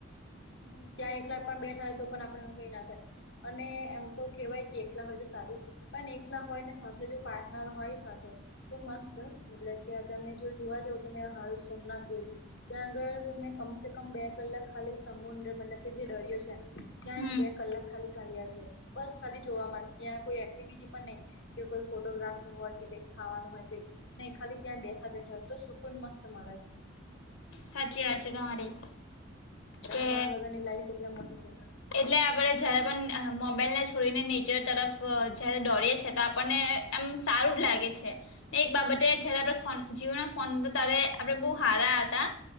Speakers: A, on the left; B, on the left.
A: હમ્મ ત્યાં એકલા પણ બેઠા હોય તો પણ આપણ કઈ ના થાય અને એમ તો કહેવાય કે એકલા હોય તો સારું પણ એકલા હોય ને સાથે જો પાર્ટનર હોય સાથે તો મસ્ત મતલબ કે તમે જો જોવા જાવ તો મે હાલ સોમનાથ ગેલી. ત્યાં ઘર મેં કમસે કમ બે કલાક ખાલી સમુદ્ર મતલબ કે જે ડરિયો છે ત્યાં
B: હમ
A: જ બે કલાક ખાલી કાર્યા છે. બસ ખાલી જોવામાં ત્યાં કોઈ એક્ટિવિટી પણ નહી. કે કોઈ ફોટોગ્રાફર હોય કે ખાવાનું હોય તો નહી ખાલી ત્યાં બેઠા બેઠા તો સુકૂન મસ્ત મળે છે ત્યા.
B: સાચી વાત છે તમારી.
A: ના
B: કે
A: ફોન વગર ની લાઈફ એટલે મસ્ત છે.
B: એટલે આપણે જ્યારે પણ મોબાઈલને છોડીને નેચર તરફ જ્યારે દોરીએ છીએ તો આપણને એમ સારું જ લાગે છે ને એક બાબતે જયારે આપ ફોન જીવન ફોન તો તારે આપડે બહુ હારા હતા